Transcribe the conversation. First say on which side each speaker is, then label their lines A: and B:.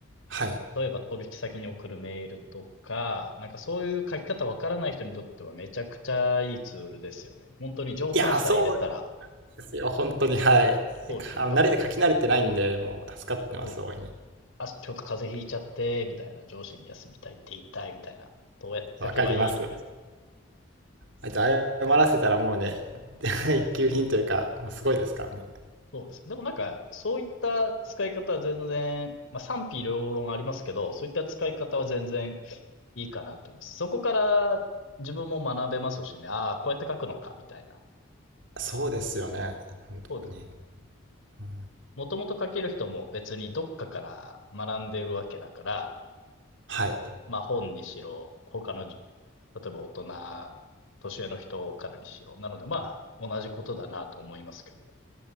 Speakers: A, on the right; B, on the left.
A: はい。
B: 例えば取引先に送るメールとか、なんかそういう書き方わからない人にとってはめちゃくちゃいいツールですよね。本当に条件さえ入れたら、
A: いやー、そうなんですよ。本当に、はい。
B: そうです。
A: あの慣れて書き慣れてないんで、
B: ちょっと、
A: もう助かってます、
B: そうです。
A: 大いに。
B: あ、ちょっと風邪ひいちゃって、みたいな、上司に休みたいって言いたい、みたいな、どうやって書けばいい、
A: わかります。
B: みたいな。
A: あいつ謝らせたらもうね、<laughs> 一級品というか、もうすごいですからね。
B: そうですね。でもなんか、そういった使い方は全然、まあ賛否両論ありますけど、そういった使い方は全然いいかなと思います。そこから自分も学べますしね、ああ、こうやって書くのか、みたいな。
A: そうですよね。本当に。
B: そうですよね。
A: うん、
B: もともと書ける人も別にどっかから学んでるわけだから、
A: はい。
B: まあ本にしろ、他の例えば大人、年上の人からにしろ。なので、まあ、同じことだなと思いますけどね。